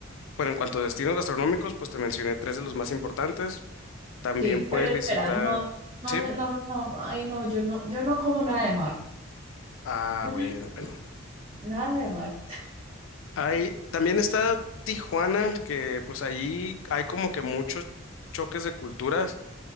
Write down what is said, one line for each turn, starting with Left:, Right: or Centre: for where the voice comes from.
Left: Bueno, en cuanto a destinos gastronómicos, pues te mencioné tres de los más importantes. También
Right: sí,
Left: puedes
Right: pero espera,
Left: visitar,
Right: no, no,
Left: ¿sí?
Right: me- no, no, ay no, yo no, yo no como nada de mar.
Left: Ah,
Right: Mm,
Left: bueno, bueno.
Right: Nada de mar.
Left: Hay, también está Tijuana, que pues ahí hay como que muchos choques de culturas.